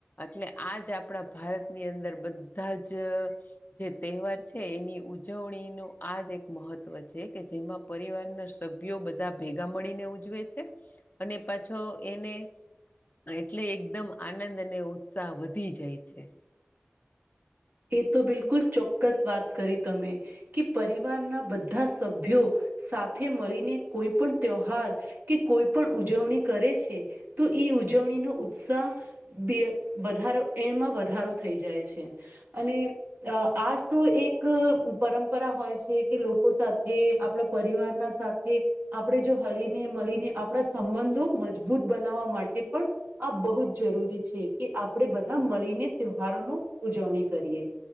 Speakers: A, on the left (about 50°); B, on the right (about 55°).
A: એટલે આજ આપણા ભારતની અંદર બધા જ અ જે તહેવાર છે એની ઉજવણી નુ આજ એક મહત્વ છે કે જેમાં પરિવાર ના સભ્યો બધા ભેગા મળીને ઉજવે છે. અને પાછો એને એટલે એક એકદમ આનંદ અને ઉત્સાહ વધી જાય છે
B: એ તો બિલકુલ ચોક્કસ વાત કરી તમે કે પરિવારના બધા બધા સભ્યો સાથે મળીને કોઈ પણ તહેવાાર કે કોઈ પણ ઉજવણી કરે છે તો ઈ ઉજવણી નો ઉત્સાહ બે વધારો એમાં વધારો થઈ જાય છે અને અ આજ તો એક પરંપરા હોય છે કે લોકો સાથે આપણા પરિવારના સાથે આપણે જો હલીને મળીને આપણા સંબંધો મજબૂત બનાવવા માટે પણ આ બહુ જ જરૂરી છે કે આપણેે બધા મળીને તહેવારોની ઉજવણી કરીએ